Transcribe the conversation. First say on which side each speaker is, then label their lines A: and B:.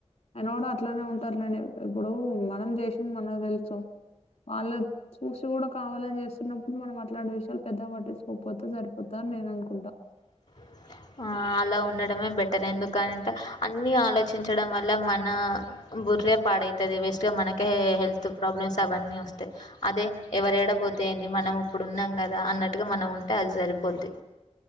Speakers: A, on the left; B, on the left.
A: అయన కూడా అట్లానే ఉంటారులేండి ఇప్పుడు మనం చేసింది మనకు తెలుసు వాళ్ళ చూసి కూడా కావాలని చేస్తున్నప్పుడు మనం అట్లాంటి విషయాలు పెద్ద వట్టిచుకోకపోతే సరిపోతా అని నెన్ అనుకుంటా
B: <inaudible> ఆ అలా ఉండడమే బెటర్ ఎందుకని అంటే అన్ని ఆలోచించడం వల్ల మన బుర్రే పాడయితది వేస్ట్ గా మనకే హెల్త్ ప్రాబ్లమ్స్ అవన్నీ వస్తాయి అదే ఎవరేడ పో ఎంది మనం ఇప్పుడు ఉన్నాం గద అన్నట్టుగా మనం ఉంటే అది సరిపోద్ది